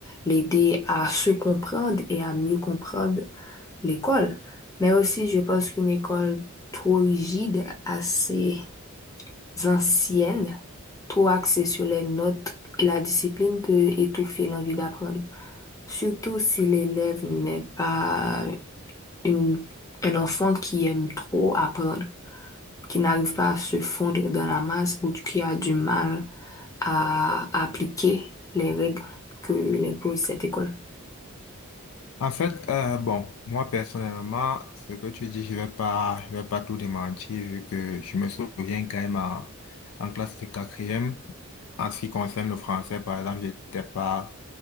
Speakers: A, on the left; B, on the left.
A: l'aider à se comprendre et à mieux comprendre l'école. Mais aussi, je pense qu'une école trop rigide, assez ancienne, trop axée sur les notes et la discipline peut étouffer l'envie d'apprendre. Surtout si l'élève n'est pas une, un enfant qui aime trop apprendre, qui n'arrive pas à se fondre dans la masse ou qui a du mal à appliquer les règles que l'impose cette école.
B: En fait, euh, bon, moi personnellement, ce que tu dis, je vais pas, je vais pas tout démentir vu que je me souviens quand même en, en classe de quatrième, en ce qui concerne le français, par exemple, j'étais pas